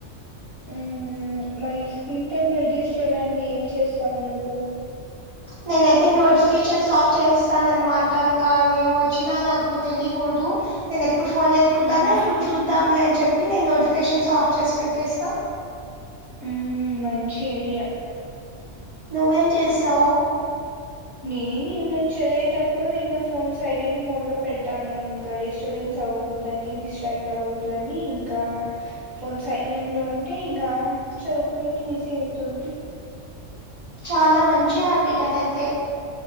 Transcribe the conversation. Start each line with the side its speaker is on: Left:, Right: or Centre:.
Centre: ఉమ్ మరి స్క్రీన్ టైమ్ రిడ్యూస్ చేయడానికి ఏం చేస్తావు నువ్వు
Right: నేనైతే నోటిఫికేషన్స్ ఆఫ్ చేస్తాను అన్నమా ట ఇంకా ఏం వచ్చినా నాకు తెలియకూడదు నేను ఎప్పుడు ఫోన్ ఎత్తుకుంటానే
Centre: ఉమ్
Right: అప్పుడు చూద్దాంలే అని చెప్పి నేను నోటిఫికేషన్స్ ఆఫ్ చేసి పెట్టేస్తా
Centre: ఉమ్ మంచి ఐడియా
Right: నువ్వు ఏం చేస్తావు
Centre: నేను ఏం లే చదివేటప్పుడు ఇంకా ఫోన్ సైలెంట్ మోడ్ లో పెడతాను ఇంకా డెస్ డిస్టబెన్స్ అవ్వకూడదు అని డిస్ట్రాక్ట్ అవ్వకూడదని ఇంకా ఫోన్ సైనెంట్ లో ఉంటే ఇంకా చదువుకునేకి ఈజీ అవుతుంది
Right: చాలా మంచి హ్యాపీట్ అది అయితే